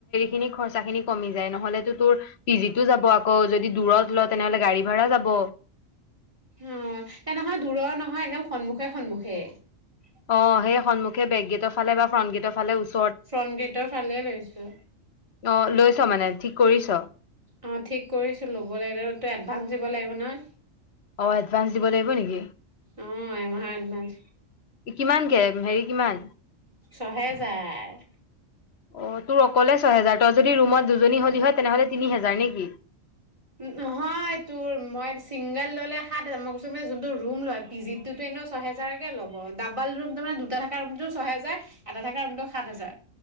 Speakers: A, on the left; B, on the right.
A: হেৰি খৰচাখিনি কমি যায় নহলে ত তোৰ পিজিতো যাব আকৌ যদি দূৰত ল তেনেহলে গাড়ী ভাড়া যাব
B: অ এ নহয় দূৰৰ নহয় একদম সন্মুখে সন্মুখে খে
A: অ সেই সন্মুখে বেকগেটৰ ফালে বা ফ্ৰণ্ট গেটৰ ফালে ওচ
B: ফ্ৰণ্ট গেটৰ ফালে লৈছো
A: অ লৈছ মানে ঠিক কৰিছ
B: অ ঠিক কৰিছিলো লব লাগিব ত এডভান্স দিব লাগিব নহয়
A: অ এডভাঞ্চ দিব লাগিব নেকি
B: অ' এমাহৰ এডভান্স
A: কিমানকে হেৰি কিমান
B: ছহেজাৰ
A: অ তোৰ অকলে ছয় হেজাৰ তই যদি ৰুমত দুজনী হলি হয় তেনেহ'লে তিনি হেজাৰ নেকি
B: নহয় তোৰ মই চিংগল ললে সাত হাজাৰ মই কৈছো মানে যোনটো ৰুম লয় পিজিতটো এনেও ছহেজাৰকে ল'ব ডাবল ৰুমতো মানে দুটা থকা ৰুমটো ছয়হেজাৰ এটা থকা ৰুমটো সাত হেজাৰ